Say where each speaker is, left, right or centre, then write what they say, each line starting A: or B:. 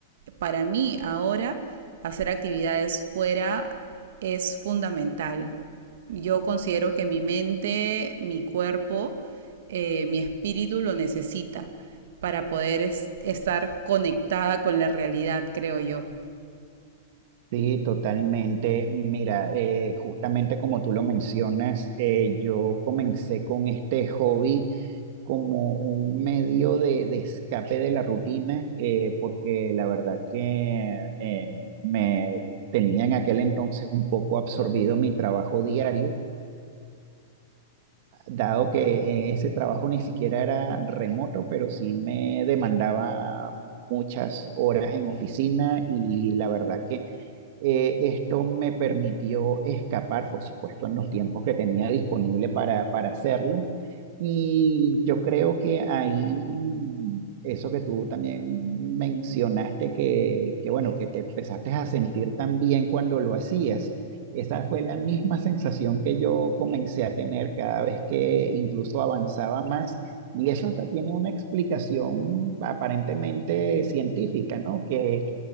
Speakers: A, on the right (about 70°); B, on the right (about 50°).
A: para mí ahora hacer actividades fuera es fundamental. Yo considero que mi mente, mi cuerpo, eh, mi espíritu lo necesita para poder es- estar conectada con la realidad, creo yo.
B: Sí, totalmente. Mira, eh, justamente como tú lo mencionas, eh, yo comencé con este hobby como un medio de, de escape de la rutina, eh, porque la verdad que eh, me tenía en aquel entonces un poco absorbido mi trabajo diario dado que eh, ese trabajo ni siquiera era remoto, pero sí me demandaba muchas horas en oficina y la verdad que eh, esto me permitió escapar, por supuesto, en los tiempos que tenía disponible para, para hacerlo. Y yo creo que ahí, mm, eso que tú también mencionaste, que, que bueno, que te empezaste a sentir tan bien cuando lo hacías. Esa fue la misma sensación que yo comencé a tener cada vez que incluso avanzaba más. Y eso hasta tiene una explicación aparentemente científica, ¿no? Que